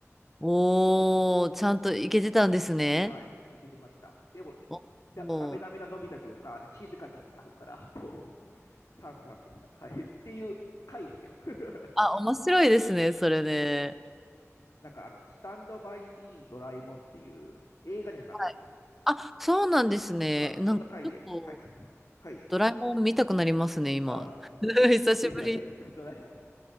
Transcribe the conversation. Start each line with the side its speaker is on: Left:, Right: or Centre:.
Centre: おー、ちゃんと行けてたんですね。
Left: はい、いけてました。でも、
Centre: おお。
Left: だ、ダメダメなのび太くんが静香ちゃんに会うから、もう、<laughs> 散々でした。はい。っていう回でしたよ。<laughs>
Centre: あ、面白いですね、それね。
Left: うん。なんか、あの、スタンドバイビードラえもんっていう映画にもなったやつです。
Centre: はい。あ、そうなんですね。
Left: うん、
Centre: なんか、
Left: そんな回で、
Centre: ちょっと、
Left: はい。はい。
Centre: ドラえもん見たくなりますね、今。
Left: あ、い、
Centre: <laughs>
Left: いいですよね、
Centre: 久しぶりに。
Left: <laughs> ドラえもん。